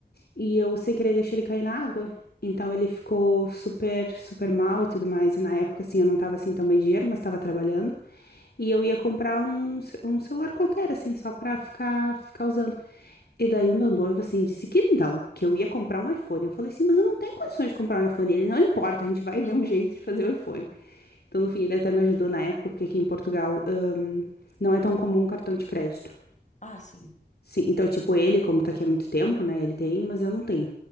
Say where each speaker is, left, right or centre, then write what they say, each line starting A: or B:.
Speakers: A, on the left; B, on the left.
A: e eu sem querer deixei ele cair na água. Então ele ficou super, super mal e tudo mais. E na época, assim, eu não tava assim tão bem de dinheiro, mas tava trabalhando. E eu ia comprar um, ce- um celular qualquer, assim, só pra ficar, ficar usando. E daí o meu noivo, assim, disse que não, que eu ia comprar um iPhone. Eu falei assim, mas eu não tenho condições de comprar um iPhone. Ele, não importa, a gente vai
B: Hum.
A: ver um jeito de fazer o iPhone. Então, no fim, ele até me ajudou na época, porque aqui em Portugal, ahn, não é tão comum cartão de crédito.
B: Ah, sim.
A: Sim, então, tipo, ele, como tá aqui há muito tempo, né, ele tem, mas eu não tenho.